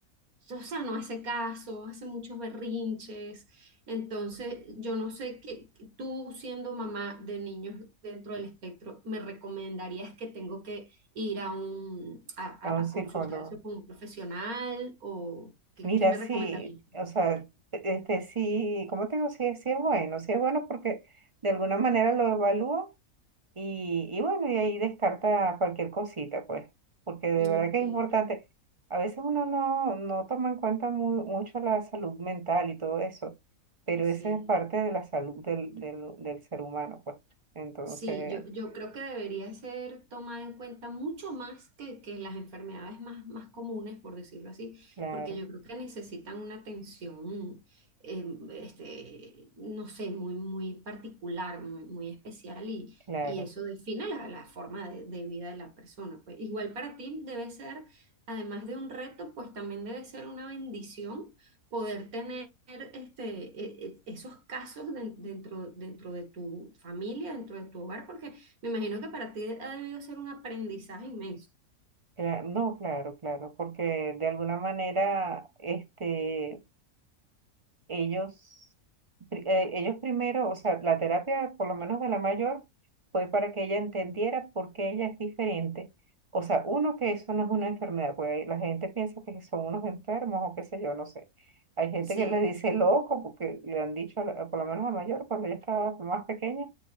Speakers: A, on the right; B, on the right.
A: o sea, no hace caso, hace muchos berrinches, entonces, yo no sé qué, qué- tú siendo mamá de niños dentro del espectro, ¿me recomendarías que tengo que ir a un a, a-
B: a un
A: a
B: psicólogo.
A: consultar eso con un profesional o qué,
B: Mira,
A: qué me
B: sí,
A: recomendarías?
B: o sea, este sí, ¿cómo te digo? Sí, sí es bueno, sí es bueno porque de alguna manera lo evalúo y, y bueno, y ahí descarta cualquier cosita, pues, porque de
A: Ujú,
B: verdad
A: ok,
B: que es importante. A veces uno no, no toma en cuenta mu- mucho la salud mental y todo eso, pero
A: sí.
B: esa es parte de la salud del, del, del ser humano, pues. Entonces,
A: Sí, yo, yo creo que debería ser tomada en cuenta mucho más que, que las enfermedades más, más comunes, por decirlo así,
B: claro.
A: porque yo creo que necesitan una atención, eh, este, no sé, muy, muy particular, muy, muy especial y,
B: Claro,
A: y eso define la, la forma de, de vida de la persona. Pues igual para ti debe ser, además de un reto, pues también debe ser una bendición poder tener este, e- e- esos casos den- dentro, dentro de tu familia, dentro de tu hogar, porque me imagino que para ti ha debido ser un aprendizaje inmenso.
B: cla- no, claro, claro, porque de alguna manera, este, ellos, pri- eh, ellos primero, o sea, la terapia, por lo menos de la mayor, fue para que ella entendiera por qué ella es diferente. O sea, uno, que eso no es una enfermedad, porque la gente piensa que son unos enfermos o qué sé yo, no sé. Hay gente
A: Sí,
B: que le dice loco porque le han dicho, a la- por lo menos a la mayor, cuando ella estaba más pequeña,